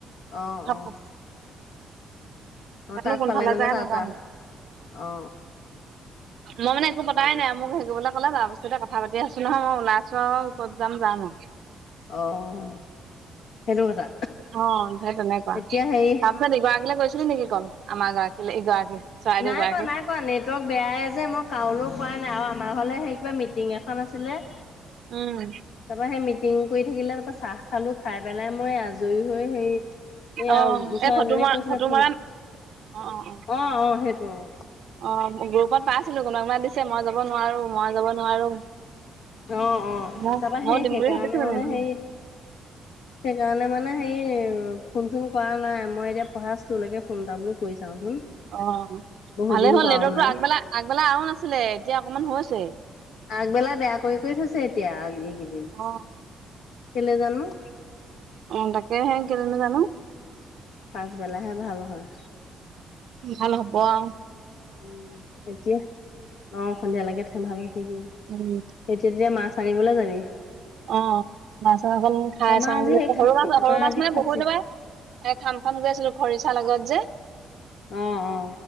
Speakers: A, on the left; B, on the right.
A: অ',
B: খাপ
A: অ'। অ
B: জানো
A: তাত
B: কোনফালে
A: পালে মানে
B: যায়,
A: তাত
B: নাজানো।
A: অ অ
B: মই মানে একো পতাই
A: অ
B: নাই, মোক হেৰি কৰিবলৈ ইফালে তাৰপিছতে কথা পাতি আছো নহয়, ওলাইছো আৰু ক'ত যাম, যাম আৰু।
A: অ'। সেইটো কথা।
B: অ', হেই তেনেকুৱা,
A: এতিয়া হেৰি
B: তাৰপিছত ইগৰাকীলৈ গৈছিলো নেকি কল, আমাৰ গৰাকী, ইগৰাকী। চৰাইদেউ
A: নাই
B: গৰাকী
A: কৰা নাই কোৱা নেটৱৰ্ক বেয়াই যে মই কাৰোলৈ কৰাই নাই আৰু আমাৰ ঘৰলে হেই কিবা মিটিং এখন আছিলে
B: উম'।
A: তাপা হেই মিটিং কৰি থাকিলে, তাপা চাহ খালো খাই পেলাই মই আজৰি হৈ হেৰি এয়া
B: অ
A: ওচৰৰ
B: এই ফটো
A: এজীনিয়ে
B: মৰা
A: কৈছিলে
B: ফটো
A: ফোন,
B: মৰা
A: অ',
B: অ অ
A: অ', সেইটো অ'।
B: অ', গ্ৰুপত পাইছিলো কোনোবা কোনোবা দিছে মই যাব নোৱাৰো, মই যাব নোৱাৰো।
A: অ অ অ
B: ম,
A: তাৰপৰা
B: মই
A: সেই
B: দিম
A: সেইকাৰণে
B: বুলি ভাবিছিলোঁ,
A: মানে
B: নিদিলোঁ।
A: হেৰি সেইকাৰণে মানে সেই ফোন চোন কৰা নাই। মই এতিয়া পৰাছটোলৈকে ফোন এটা বোলো কৰি চাওঁচোন।
B: অ,
A: বহুত
B: ভালে
A: দিন
B: হ'ল।
A: কৰাও
B: নেটৱৰ্কটো
A: নাই
B: আগবেলা- আগবেলা আৰু নাছিলে। এতিয়া অকণমান হৈছে।
A: আগবেলা বেয়া কৰি- কৰি থৈছে এতিয়া। আগবেলা এইকেইদিন,
B: অ',
A: কেলে জানো?
B: অ তাকে সে <unintelligible> জানো
A: পাছবেলাহে ভাল হয়।
B: ভাল হ'ব আও
A: উম এতিয়া অ সন্ধিয়া লৈকে থে ভাল হৈ থাকিব।
B: উম,
A: তেতিয়া মাছ আনিবলে যাবি
B: অ মাছ এখন খাই
A: আমাৰ
B: চাওঁ
A: আজি
B: বুলি
A: সেই খাচী
B: সৰু মাছ
A: আমাৰ
B: সৰু মাছ
A: আজি
B: মানে
A: খাচী
B: বহুত দিন পাই এ খাম খাম কৈ আছিলো খৰিচাৰ লগত যে
A: অ অ